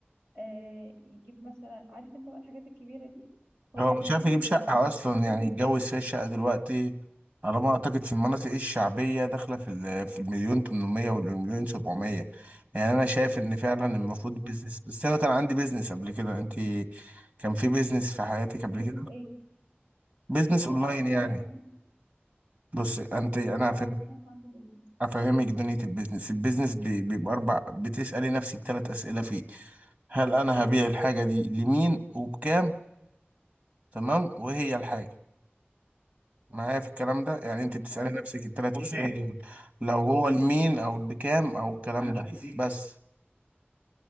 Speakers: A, on the right (about 90°); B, on the right (about 40°).
A: آه، يجيب مثلا عارف انت بقى الحاجات الكبيره دي هو
B: هو
A: يا دوب
B: مش
A: يكفوه
B: عارف يجيب شقة أصلا
A: لا،
B: يعني يتجوز فيها شقة دلوقتي على ما أعتقد في المناطق الشعبية داخلة في ال- في المليون 800 والمليون 700 يعني أنا شايف إن فعلا المفروض
A: بالظبط
B: بيزنس بس أنا كان عندي بيزنس قبل كده أنت كان في بيزنس في حياتك قبل
A: بيزنس
B: كده
A: ايه
B: بيزنس أونلاين
A: انا انا
B: يعني
A: لا ما كان
B: بص أنت أنا
A: لا
B: هفهم-
A: انا ما كانش عندي بيزنس
B: هفهمك دنيا البيزنس البيزنس بي- بيبقى أربع بتسألي نفسك ثلاث أسئلة فيه هل أنا هبيع الحاجة دي لمين وبكام تمام وهي الحاجة معايا في الكلام ده يعني انت بتسألي
A: اه
B: نفسك الثلاث بص اسئله
A: معاك
B: ايه دول لو هو المين او بكام او الكلام انا ده عايز ايه بس